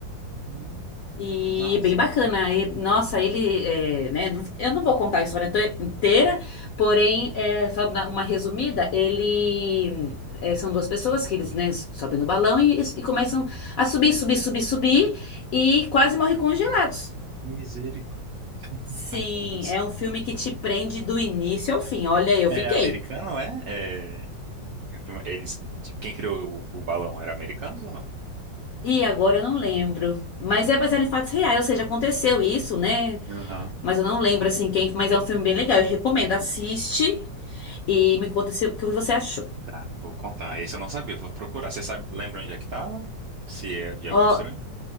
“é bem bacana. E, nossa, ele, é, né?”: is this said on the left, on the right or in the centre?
Left